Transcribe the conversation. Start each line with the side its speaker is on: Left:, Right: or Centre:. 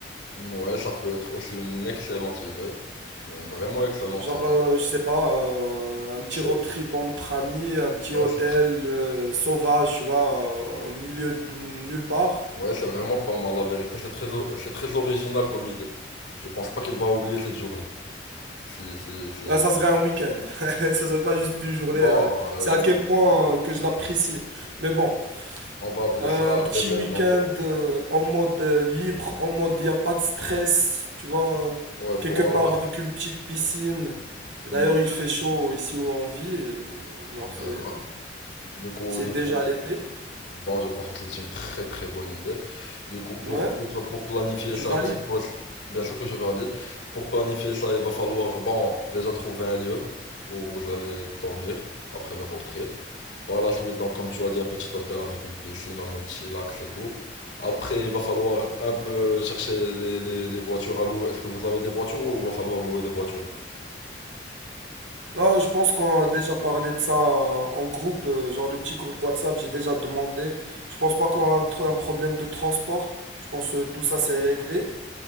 Left: Ouais, ça peut être aussi une excellente idée. Une vraiment excellente
Right: Genre,
Left: idée.
Right: euh, je sais pas, euh, un petit
Left: C'est
Right: road trip entre amis, un petit
Left: ouais,
Right: hôtel
Left: c'est tr-
Right: euh, sauvage, tu vois, euh, au milieu de nulle part.
Left: ouais, c'est vraiment pas mal, la vérité. C'est très, o- c'est très original comme idée. Je pense pas qu'il va oublier cette journée. Si, si, si.
Right: Euh, ça serait un week-end. <laughs> Ça serait pas juste une journée.
Left: Bon,
Right: euh,
Left: euh,
Right: c'est à quel point euh, que je l'apprécie. Mais bon,
Left: on va appeler
Right: euh,
Left: ça
Right: un petit
Left: l'événement.
Right: week-end euh, en mode euh, libre, en mode il n'y a pas de stress, tu vois, euh,
Left: Ouais,
Right: quelque
Left: pour enlever.
Right: part avec une petite piscine. D'ailleurs,
Left: Bon,
Right: il fait chaud ici où on vit. euh, genre, c'est
Left: d'accord. Du coup,
Right: c'est
Left: du
Right: déjà
Left: coup,
Right: l'été.
Left: Bon, je pense que c'est une très très bonne idée. Du coup, pour,
Right: Ouais,
Left: pour, pour planifier
Right: tu
Left: ça,
Right: valides.
Left: je suppose, bien sûr que je vais valide. Pour planifier ça, il va falloir, bon, déjà trouver un lieu où vous allez dormir après le road trip. Par la suite, donc, comme tu as dit, un petit hôtel avec une piscine en mode chillax et tout. Après, il va falloir un peu chercher les, les, les voitures à louer. Est-ce que vous avez des voitures ou il va falloir louer des voitures?
Right: Là, je pense qu'on a déjà parlé de ça euh, en groupe, euh, genre de petit groupe WhatsApp, j'ai déjà demandé. Je pense pas qu'on a un, tr- un problème de transport. Je pense que tout ça c'est réglé.